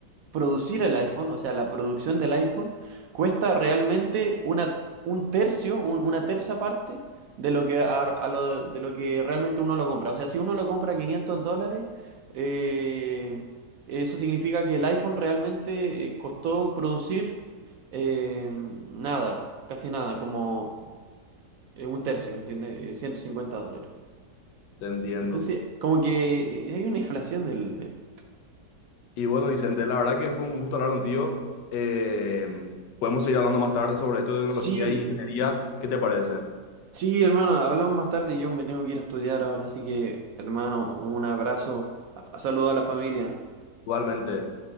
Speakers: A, on the right; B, on the left.
A: producir el iPhone, o sea, la producción del iPhone, cuesta realmente una, un tercio, un- una terza parte de lo que, a- a lo- de lo que realmente uno lo compra. O sea, si uno lo compra a 500 dólares, eh, eso significa que el iPhone realmente eh, costó producir eh, nada, casi nada, como eh, un tercio, ¿me entiendes? Eh, ciento cincuenta dólares, por ejemplo.
B: te entiendo.
A: Entonces, como que eh, hay una inflación del, del-
B: Y bueno, Vicente, la verdad que fue un gusto hablar contigo. Eh, podemos seguir hablando más tarde sobre esto de
A: Sí,
B: tecnología e ingeniería. ¿Qué te parece?
A: Sí, hermano, hablamos más tarde y yo me tengo que ir a estudiar ahora, así que, hermano, un abrazo, a, a saludo a la familia.
B: Igualmente.